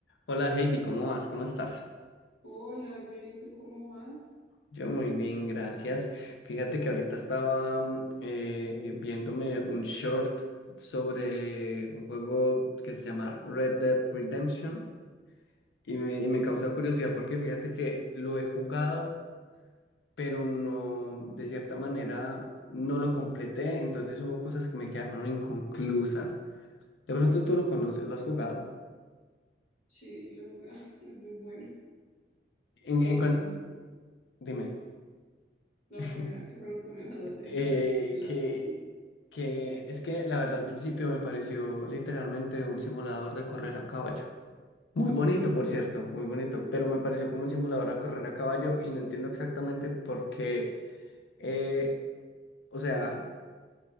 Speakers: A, on the left; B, on the left.
A: Hola Heidi, ¿cómo vas? ¿Cómo estás?
B: Hola, bien, ¿y tú cómo vas?
A: Yo muy bien, gracias. Fíjate que ahorita estaba mm, eh, viéndome un short sobre un juego que se llama Red Dead Redemption y me, y me causa curiosidad porque fíjate que lo he jugado, pero no, de cierta manera no lo completé, entonces hubo cosas que me quedaron inconclusas. De pronto tú lo conoces, lo has jugado.
B: Sí, sí lo jugaba, <laughs> es muy bueno.
A: En,
B: Em,
A: en cuan- Dime.
B: dime, no,
A: <laughs>
B: ¿qué, me- qué pregunta me vas a hacer?
A: eh,
B: <laughs> Y de ahí te la
A: que,
B: respondo.
A: que es que la verdad al principio me pareció literalmente un simulador de correr a caballo. Muy bonito, por cierto, muy bonito, pero me pareció como un simulador a correr a caballo y no entiendo exactamente por qué, eh, o sea...